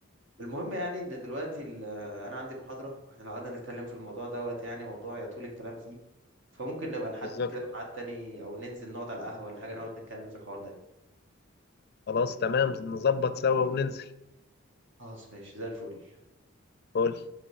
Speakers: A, on the right (about 65°); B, on the left (about 50°).
A: المهم يعني إن دلوقتي ال- آه، أنا عندي محاضرة وإحنا لو قعدنا نتكلم في الموضوع دوت يعني موضوع يطول الكلام فيه فممكن نبقى نحدد
B: بالظبط
A: كده ميعاد تاني أو ننزل نقعد على القهوة ولا حاجة نقعد نتكلم في الحوار ده
B: خلاص تمام نظبط سوا وننزل
A: خلاص ماشي زي الفل
B: قول